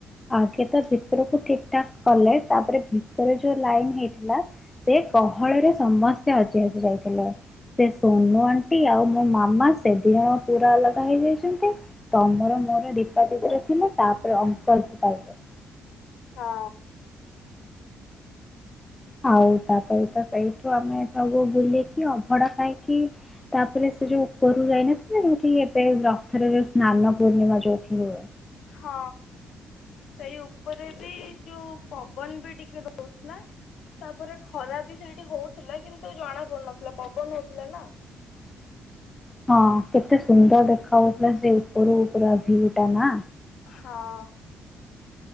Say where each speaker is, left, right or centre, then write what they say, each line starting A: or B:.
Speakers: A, on the left; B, on the left.
A: ଆଗେ ତ ଭିତରକୁ ଠିକ ଠାକ୍ କଲେ ତାପରେ ଭିତରେ ଯୋଉ ଲାଇନ ହେଇଥିଲା ସେ କହଳରେ ସମସ୍ତେ ହଜି ହଜି ଯାଇଥିଲେ ସେ ସୋନୁ ଆଣ୍ଟି ଆଉ ମୋ ମାମା ସେଦିନ ପୁରା ଅଲଗା ହେଇଯାଇଛନ୍ତି ତମର ମୋ ଦୀପା ଦରେ ତାପରେ ଅଙ୍କଳ ପାଇଲେ
B: ହଁ
A: ଆଉ ତାପରେ ତ ସେଇଠୁ ଆମେ ସବୁ ବୁଲିକି ଅଭଡା ଖାଇକି ତାପରେ ସେ ଯୋଉ ଉପରୁ ଯାଇନଥିଲା ଯୋଉଠି ଏବେ ରଥରେ ଯୋଉ ସ୍ନାନ ପୂର୍ଣ୍ଣିମା ଯୋଉଠି ହୁଏ।
B: ହଁ ସେଇ ଉପରେ ବି ଯୋଉ ପବନ ବି ଟିକେ ଦଉଥିଲା ତାପରେ ଖରା ବି ସେଇଠି ହଉଥିଲା କିନ୍ତୁ ଜଣା ପଡୁନଥିଲା ପବନ ହଉଥିଲା ନା
A: ହଁ କେତେ ସୁନ୍ଦର ଦେଖାଯାଉଥିଲା ସେ ଉପର ଉପର ଭିଉ ଟା ନା
B: ହଁ